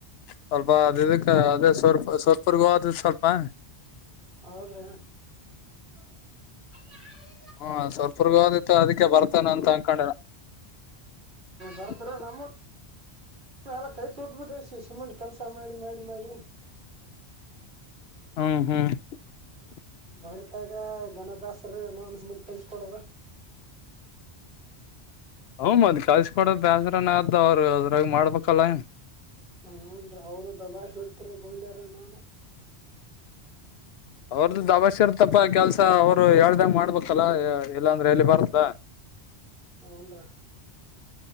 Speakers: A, on the left; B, on the right.
A: ಸ್ವಲ್ಪ ಅದ ಇದಕ್ಕೆ ಅದೇ ಸ್ವಲ್ಪ ಸ್ವಲ್ಪರ್ಗೂ ಅ ಸ್ವಲ್ಪ <unintelligible>
B: ಆದ್ರೆ <unintelligible>
A: ಹಾ ಸ್ವಲ್ಪರ್ಗ <unintelligible> ಅದಕ್ಕೆ ಬರ್ತಾನ ಅಂತ ಅನ್ಕೊಂಡ
B: ಬರ್ತಾರ
A: <unintelligible>
B: ನಮ್ಮ ಎಲ್ಲ ಕೈ ತೋಟ್ಬಸ ಸಿಮೆಂಟ್ ಕೆಲ್ಸ ಮಾಡಿ ಮಾಡಿ ಮಾಡಿ <unintelligible>
A: ಹ್ಮ್ ಹ್ಮ್ <unintelligible>
B: ಗಣಿಕಾಗ ಘನಭ್ಯಾಸರ ಸಿಮೆಂಟ್ಕಲಿಸಕೊಡದು
A: ಹ್ ಮದ್ ಕಳ್ಸಕೊಡ ಬೇಸ್ರನ ಅದ ಅವ್ರು ಅದ್ರಾಗ ಮಾಡ್ಬೇಕಲ್ಲ ಏ
B: ಹೂನ್ರಿ ಅವರು ದಬಾಶ್ ಹೊಡ್ತಿರ ಗೌಂಡಿಯರ ನೌನ
A: ಅವ್ರದ್ದು ದಬಾಶ್ಯರ್ ತಪ್ಪ ಕೆಲ್ಸ ಅವ್ರು ಹೇಳ್ದಂಗ ಮಾಡ್ಬೇಕಲ್ಲ ಇಲ್ಲಾ ಅಂದ್ರೆ ಎಲ್ಲಿ ಬರ್ದ
B: ಹುನ್ರಿ